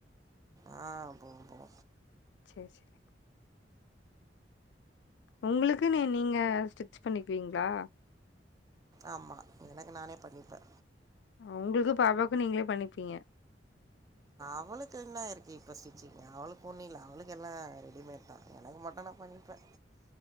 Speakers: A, on the right; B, on the left.
A: ஆ போவ போவ
B: செரி செரி உங்களுக்குன்னு நீங்க ஸ்டிச் பண்ணிக்குவீங்களா
A: ஆமா எனக்கு நானே பண்ணிப்ப
B: உங்களுக்கு பாப்பாக்கு நீங்களே பண்ணிப்பீங்க
A: அவளுக்கென்னா இருக்கு இப்ப ஸ்டிச்சிங் அவளுக்கு ஒன்னு இல்ல அவளுக்கெல்லா ரெடிமேட்தா எனக்கு மட்டு நா பண்ணி ப்ப